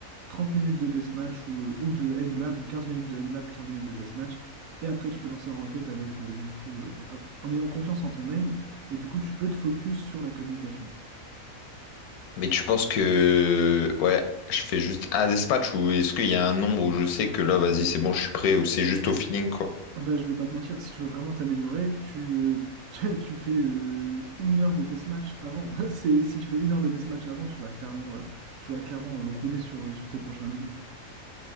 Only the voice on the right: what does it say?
30 minutes de deathmatch ou, euh, ou de aimlab ou 15 minutes de aimlab, 15 minutes de deathmatch. Et après, tu peux lancer en ranked avec, euh, du coup, euh, ah, en ayant confiance en ton aim. Et du coup, tu peux te focus sur la communication.
Ah Bah, je vais pas te mentir, si tu veux vraiment t'améliorer, tu, euh, <laughs> tu tu fais euh, une heure de deathmatch avant. <laughs> C'est, si tu fais une heure de deathmatch avant, tu vas clairement, euh, tu vas clairement euh, rouler sur, euh, sur tes prochains lobbies.